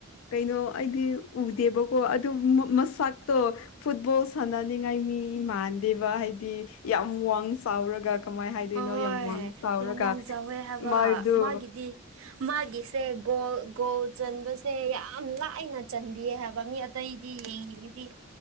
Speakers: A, on the left (about 85°); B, on the right (about 80°).
A: ꯀꯩꯅꯣ ꯑꯩꯗꯤ ꯎꯗꯦꯕꯀꯣ ꯑꯗꯨ ꯃꯁꯛꯇꯣ ꯐꯨꯠꯕꯣꯜ ꯁꯥꯟꯅꯅꯤꯡꯉꯥꯏ ꯃꯤ ꯃꯥꯟꯗꯦꯕ ꯍꯥꯏꯗꯤ ꯌꯥꯝ ꯋꯥꯡ ꯆꯥꯎꯔꯒ ꯀꯃꯥꯏ ꯍꯥꯏꯗꯣꯏꯅꯣ
B: ꯍꯣꯏ
A: ꯌꯥꯝ ꯋꯥꯡ ꯆꯥꯎꯔꯒ
B: ꯌꯥꯝ ꯋꯥꯡ ꯆꯥꯎꯋꯦ ꯍꯥꯏꯕ
A: ꯃꯥꯗꯣ
B: ꯃꯥꯒꯤꯗꯤ ꯃꯥꯒꯤꯁꯦ ꯒꯣꯜ ꯒꯣꯜ ꯆꯟꯕꯁꯦ ꯌꯥꯝ ꯂꯥꯏꯅ ꯆꯟꯕꯤꯌꯦ ꯍꯥꯏꯕ ꯃꯤ ꯑꯇꯩꯗꯤ ꯌꯦꯡꯉꯤꯉꯗꯤ